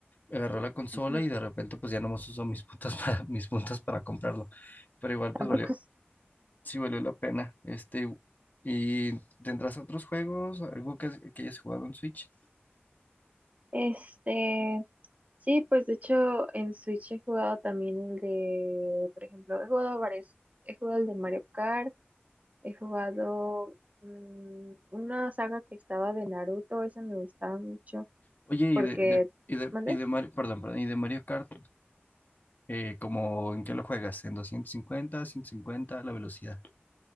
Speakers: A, on the left; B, on the right.
A: agarró la consola
B: Ujú.
A: y de repente pues ya nomás usó mis puntos <laughs> para, mis puntos para comprarlo. Pero igual pues
B: Tampoco
A: valió,
B: es-
A: sí valió la pena. Este, ¿y tendrás otros juegos? ¿Algo que, que hayas jugado en Switch?
B: Este, Sí, pues de hecho en Switch he jugado también el de, por ejemplo, he jugado varios, he jugado el de Mario Kart, he jugado mm, una saga que estaba de Naruto, esa me gustaba mucho,
A: Oye,
B: porque,
A: y de, de- y de,
B: ¿mande?
A: y de Mario, perdón, perdón, y de Mario Kart, eh, como en qué lo juegas? ¿En 250, 150, la velocidad?